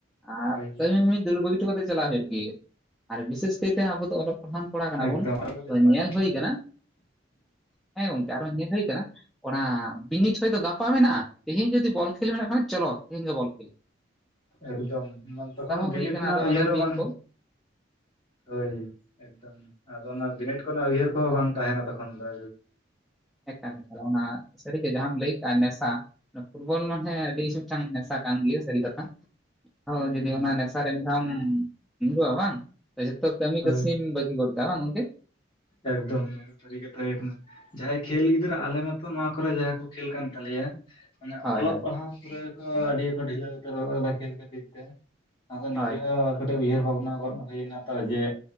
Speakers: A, in the centre; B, on the left.
A: ᱟᱨ
B: ᱳᱭ
A: ᱠᱟᱹᱢᱤ ᱢᱟᱢᱤ ᱫᱟᱹᱲ ᱵᱟᱜᱤ ᱦᱚᱴᱳ ᱠᱟᱛᱮ ᱪᱟᱞᱟᱣ ᱦᱩᱭᱩᱜ ᱜᱮᱭᱟ ᱟᱨ ᱵᱤᱥᱮᱥ ᱠᱟᱭᱛᱮ ᱟᱵᱚ ᱫᱚ ᱚᱞᱚᱜ ᱯᱨᱚᱫᱷᱟᱱ ᱠᱚᱲᱟ ᱠᱟᱱᱟ
B: ᱮᱠᱫᱚᱢ
A: ᱵᱚᱱ
B: ᱚᱱᱟ ᱠᱚᱫᱚ ᱪᱟᱞᱟᱣ
A: ᱧᱮᱞ
B: ᱦᱩᱭᱩᱜᱼᱟ
A: ᱦᱩᱭ ᱠᱟᱱᱟ ᱦᱮᱸ ᱜᱚᱝᱠᱮ ᱟᱨᱚ ᱧᱮᱞ ᱦᱩᱭ ᱠᱟᱱᱟ ᱚᱱᱟ ᱵᱤᱱᱤᱰ ᱦᱚᱭᱛᱳ ᱜᱟᱯᱟ ᱢᱮᱱᱟᱜᱼᱟ ᱛᱮᱦᱤᱧ ᱡᱩᱫᱤ ᱵᱚᱞ ᱠᱷᱮᱞ ᱢᱮᱱᱟᱜ ᱠᱷᱟᱱ ᱪᱚᱞᱚ ᱛᱮᱦᱤᱧ ᱜᱮ ᱵᱚᱞ ᱠᱷᱮᱞ ᱾
B: ᱮᱠᱫᱚᱢ ᱢᱟᱱᱮ ᱛᱚᱠᱷᱚᱱ
A: ᱦᱚᱸ
B: ᱵᱤᱱᱤᱰ
A: ᱦᱩᱭ ᱠᱟᱱᱟ
B: ᱨᱮᱱᱟᱜ
A: ᱟᱫᱚᱢ
B: ᱩᱭᱦᱟᱨ
A: ᱟᱫᱚᱢ
B: ᱦᱚᱸ
A: ᱫᱤᱱ
B: ᱵᱟᱝ
A: ᱠᱚ
B: ᱦᱳᱭ ᱮᱠᱫᱚᱢ ᱟᱫᱚ ᱚᱱᱟ ᱵᱤᱱᱤᱰ ᱠᱚᱨᱮᱱᱟᱜ ᱩᱭᱦᱟᱹᱨ ᱠᱚᱦᱚᱸ ᱵᱟᱝ ᱛᱟᱦᱮᱱᱟ ᱛᱚᱠᱷᱚᱱ ᱫᱚ
A: ᱮᱠᱟᱞ ᱮᱠᱟᱞ ᱚᱱᱟ ᱥᱟᱹᱨᱤᱜᱮ ᱡᱟᱦᱟᱸᱢ ᱞᱟᱹᱭ ᱠᱟᱜᱼᱟ ᱱᱮᱥᱟ ᱯᱷᱩᱴᱵᱚᱞ ᱦᱮᱸ ᱟᱹᱰᱤ ᱢᱤᱫᱴᱟᱝ ᱱᱮᱥᱟ ᱠᱟᱱ ᱜᱮᱭᱟ ᱥᱟᱹᱨᱤ ᱠᱟᱛᱷᱟ ᱦᱳᱭ ᱡᱚᱫᱤ
B: ᱦᱩᱸ
A: ᱚᱱᱟ ᱱᱮᱥᱟ ᱟᱨ ᱢᱤᱫ ᱫᱟᱢ ᱧᱩᱨᱩᱜᱼᱟ ᱵᱟᱝ ᱛᱚ ᱠᱟᱹᱢᱤ
B: ᱦᱳᱭ
A: ᱠᱟᱹᱥᱱᱤ ᱵᱟᱹᱜᱤ ᱜᱚᱫ ᱠᱟᱜᱼᱟ ᱵᱟᱝ ᱜᱚᱝᱠᱮ
B: ᱮᱠᱫᱚᱢ ᱱᱚᱣᱟ ᱫᱚ ᱥᱟᱹᱨᱤ ᱠᱟᱛᱷᱟ ᱜᱮ ᱠᱟᱱᱟ ᱡᱟᱦᱟᱸᱭ ᱠᱷᱮᱞ ᱜᱤᱫᱽᱨᱟᱹ ᱟᱞᱮ ᱢᱟᱛᱚ ᱱᱚᱣᱟ ᱠᱚᱨᱮ ᱡᱟᱦᱟᱸᱭ ᱠᱚ ᱠᱷᱮᱞ ᱠᱟᱱ ᱛᱟᱞᱮᱭᱟ ᱢᱟᱱᱮ
A: ᱦᱳᱭ
B: ᱚᱞᱚᱜ
A: ᱦᱳᱭ
B: ᱯᱟᱲᱦᱟᱣ ᱯᱩᱨᱟᱹ ᱠᱚ ᱟᱹᱰᱤ ᱠᱚ ᱰᱷᱤᱞᱟᱹᱣ ᱩᱛᱟᱹᱨ ᱟᱠᱟᱫᱟ ᱠᱷᱮᱞ ᱠᱷᱟᱹᱛᱤᱨ ᱛᱮ ᱟᱫᱚ ᱱᱤᱡᱮ
A: ᱦᱳᱭ
B: ᱦᱚᱸ ᱠᱟᱹᱴᱤᱡᱽ ᱩᱭᱦᱟᱹᱨ ᱵᱷᱟᱵᱱᱟ ᱜᱚᱫ ᱦᱩᱭᱱᱟ ᱛᱚ ᱡᱮ